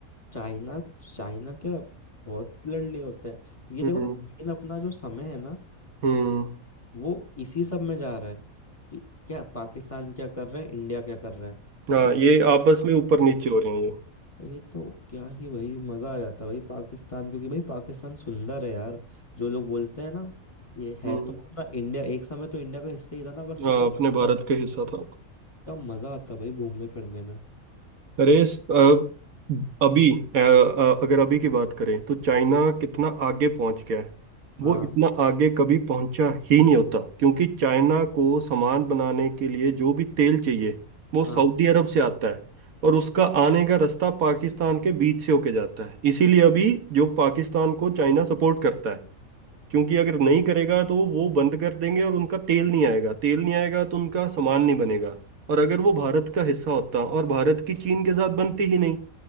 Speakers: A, on the left; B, on the right.
A: चाइना चाइना क्या बहुत लड़ली होता है ये
B: हम्म
A: देखो ना लेकिन अपना जो समय है ना
B: हम्म
A: वो इसी सब में जा रहा है कि क्या पाकिस्तान क्या कर रहा है इंडिया क्या कर रहा है
B: हाँ
A: ये
B: ये आपस में ऊपर नीचे हो रहे हैं ये
A: ये तो क्या ही भाई मजा आ जाता है भाई पाकिस्तान क्योंकि भाई पाकिस्तान सुंदर है यार जो लोग बोलते हैं ना ये है
B: हम्म
A: तो अपना इंडिया एक समय तो इंडिया का हिस्सा ही था ना अगर सोचो
B: हाँ
A: क्या
B: अपने भारत का हिस्सा था
A: मजा आता है भाई घूमने फिरने में
B: अरे स- अब अभी अ, अ, अगर अभी की बात करें तो चाइना कितना आगे पहुंच गया है वो
A: हाँ
B: इतना आगे कभी पहुंचा ही नहीं होता क्योंकि चाइना को सामान बनाने के लिए जो भी तेल चाहिए वो सऊदी
A: हाँ
B: अरब से आता है और उसका आने का रास्ता पाकिस्तान के बीच से होके जाता है इसीलिए अभी जो पाकिस्तान को चाइना सपोर्ट करता है क्योंकि अगर नहीं करेगा तो वो बंद कर देंगे और उनका तेल नहीं आएगा तेल नहीं आएगा तो उनका सामान नहीं बनेगा और अगर वो भारत का हिस्सा होता और भारत की चीन के साथ बनती ही नहीं